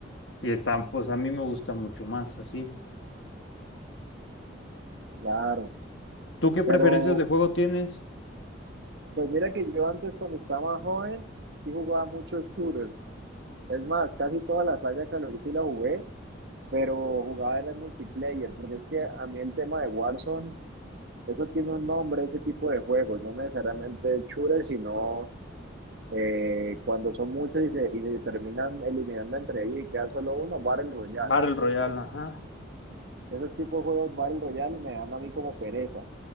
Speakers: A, on the left (about 70°); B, on the right (about 60°).
A: Y está, pues a mí me gusta mucho más así.
B: claro.
A: ¿Tú qué
B: Pero
A: preferencias de juego tienes?
B: Pues mira que yo antes cuando estaba más joven sí jugaba muchos shooters. Es más, casi toda la saga de Call of Duty la jugué, pero jugaba era en multiplayer, porque es que a mí el tema de Warzone, eso tiene un nombre, ese tipo de juegos, no necesariamente shooters, sino eh, cuando son muchos y se, y se terminan eliminando entre ellos y queda solo uno, Battle Royale.
A: Battle Royale, ajá,
B: Esos tipos de juegos Battle Royale me dan a mí como pereza.